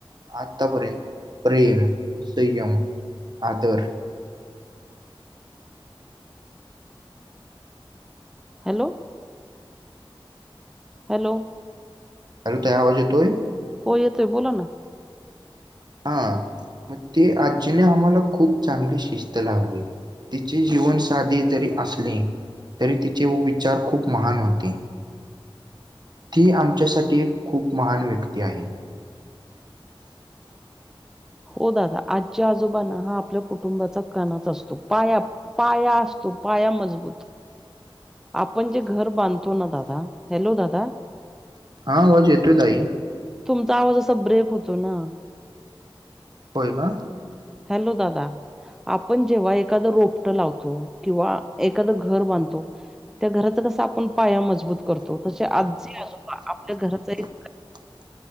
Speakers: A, on the right; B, in the centre.
A: आताप्रेंत प्रेम, संयम, आदर
B: हॅलो हॅलो
A: अलो ताई आवाज येतोय?
B: हो येतोय, बोला ना.
A: आं, म ते आजीने आम्हाला खूप चांगली शिस्त लावली. तिचे जीवन साधे जरी असने, तरी तिचे व विचार खूप महान होते. ती आमच्यासाठी एक खूप महान व्यक्ती आहे.
B: हो दादा आजी आजोबाना हा आपल्या कुटुंबाचा कनाच असतो. पाया पाया असतो पाया मजबूत. आपण जे घर बांधतो ना दादा, हॅलो दादा
A: हां वाज येतोय ताई.
B: तुमचा आवाजा असा ब्रेक होतो ना.
A: व्हय का?
B: हॅलो दादा. आपण जेव्हा एखादं रोपटं लावतो किंवा एखादं घर बांधतो त्या घराचं कसं आपण पाया मजबूत करतो, तसे आजी आजोबा आपल्या घराचा एक
A: <inaudible>